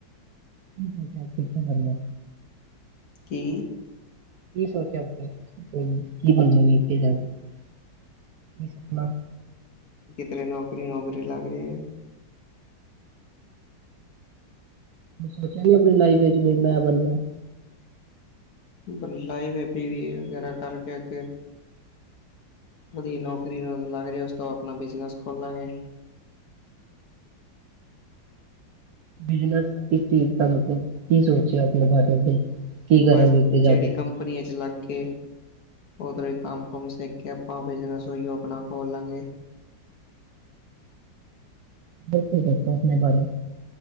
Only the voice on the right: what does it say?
ਠੀਕ ਹੈ ਚੱਲ ਕਰਦਾ
ਕੀ ਸੋਚਿਆ ਅ ਕੀ ਬਨੋਗੇ ਅੱਗੇ ਜਾ ਕੇ ਕੀ ਸੁਪਣਾ?
ਸੋਚਿਆ ਨ ਆਪਣੀ ਲਾਈਫ ਵਿੱਚ ਵੀ ਮੈਂ ਬਣਨਾ
ਬਿਜਨਸ ਕਿਸ ਚੀਜ਼ ਦਾ ਮਤਲਬ ਕੀ ਸੋਚਿਆ ਆਪਣੇ ਬਾਰੇ ਕੀ ਕਰਾਂਗੇ
ਅੱਗੇ
ਜਾ ਕੇ
ਬਿਲਕੁ ਬਕੋ ਆਪਣੇ ਬਾਰੇ